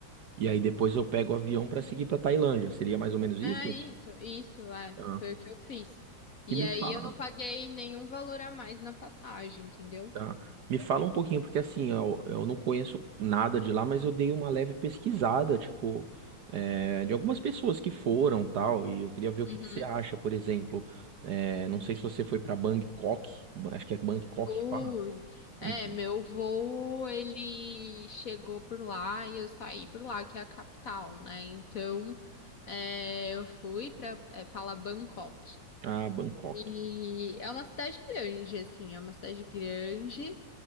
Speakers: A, on the right; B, on the left.
A: e aí depois eu pego o avião para seguir para Tailândia. Seria mais ou menos isso?
B: Ah, isso, isso, é,
A: Tá.
B: foi o que eu fiz. E
A: E me
B: aí
A: fala.
B: eu não paguei nenhum valor a mais na passagem, entendeu?
A: Tá. Me fala um pouquinho, porque assim, eu, eu não conheço nada de lá, mas eu dei uma leve pesquisada, tipo, é, de algumas pessoas que foram tal, e eu queria ver o
B: Uhum.
A: que que você acha, por exemplo. é, não sei se você foi pra Bangkok, Ba- acho que é Bangkok
B: fui,
A: que fala. Então.
B: é, meu voo, ele chegou por lá e eu saí por lá, que é a capital, né? Então, é, eu fui pra, é, falar Bangkok.
A: Ah, Bangkok.
B: E é uma cidade grande, assim, é uma cidade grande.